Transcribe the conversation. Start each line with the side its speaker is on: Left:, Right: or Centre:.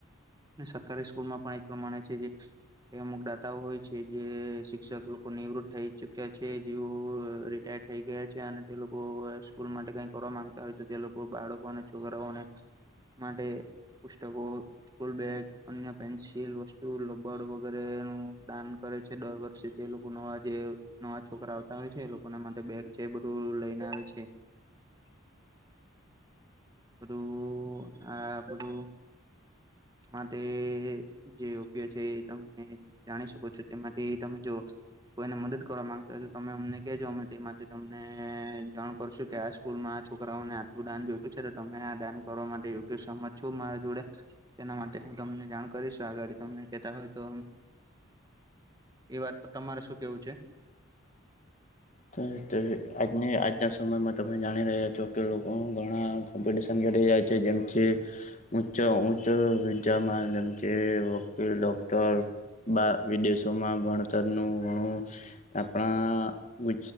Right: ને સરકારી સ્કૂલમાં પણ એ જ પ્રમાણે છે. એ અમુકદાતાઓ હોય છે. જે શિક્ષક લોકો નિવૃત થઈ ચુક્યા છે જેઓ રિટાયડ થઈ ગયા છે. અને તે લોકો સ્કૂલ માટે કઈ કરવા માંગતા હોય તો તે લોકો બાળકો અને છોકરાઓને માટે પુસ્તકો સ્કૂલ બેગ અન્ય પેન્સિલ, વસ્તુ, રબડ વગેરે એનું દાન કરે છે દર વર્ષે. એ લોકો નવા જે નવા છોકરાઓ આવતા હોય છે એ લોકોના માટે બેગ છે એ બધું લઈને આવે છે.
Left: <inaudible>
Right: બધું આ બધું. માટે જે યોગ્ય છે એ તમે જાણી શકો છો. તેમાંથી તમે જો કોઈને મદદ કરવા માંગતા હોય તો તમે અમને કેજો અમે તે માટે તમને જાણ કરશું. કે આ સ્કૂલમાં છોકરાઓને આટલું દાન જોયતું છે તમે આ દાન કરવા માટે યોગ્ય સહમત છો મારા જોડે. તેના માટે હું તમને જાણ કરીશ આગળડી તમે કેતા હોય તો એ વાત પર તમારે શું કેવું છે?
Left: તઈ તઈ આજની આજના સમયમાં તમે જાણી રહ્યા છો કે લોકો ઘણા કોમ્પિટીશન ઘટી જાય છે. જેમ છે ઉચ્ચ ઉચ્ચ વિદ્યા માધ્યમ વકીલ, ડોક્ટર બા વિદેશોમાં ભણતરનું ઘણું આપણા